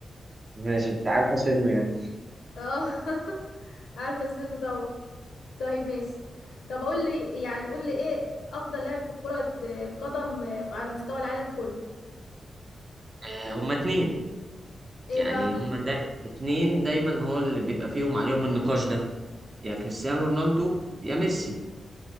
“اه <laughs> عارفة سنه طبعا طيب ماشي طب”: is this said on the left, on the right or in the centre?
Left